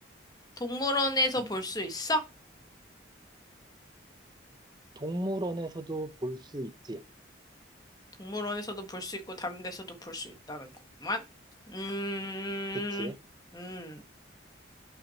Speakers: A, on the left; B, on the right.
A: 동물원에서
B: 음,
A: 볼 수 있어?
B: 동물원에서도 볼 수 있지.
A: 동물원에서도 볼 수 있고 다른 데서도 볼 수 있다는 것만? 음,
B: 그치?
A: 음.